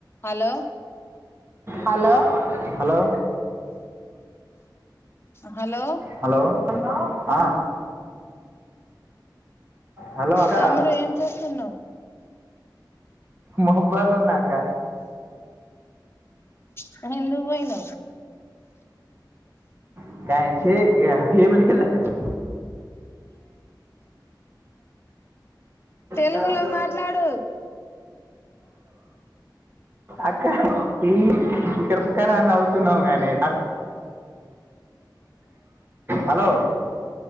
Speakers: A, on the left; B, on the right.
A: Hello
B: hello hello
A: hello
B: hello ఆ hello అక్క
A: తమ్ముడు ఏం చేస్తున్నావ్
B: మొబైల్లో ఉన్న అక్క
A: కానీ ఎందుకు పోయినావ్
B: <unintelligible>
A: తెలుగులో
B: కష
A: మాట్లాడు
B: అక్క ఈ కృపకనా అవుతున్నావు కాగానే హలో